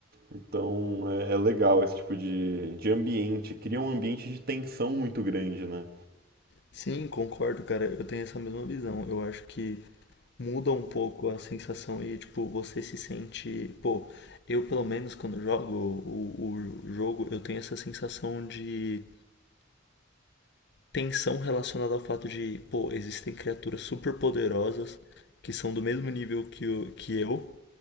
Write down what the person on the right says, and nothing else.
Então é, é legal esse tipo de, de ambiente, cria um ambiente de tensão muito grande, né?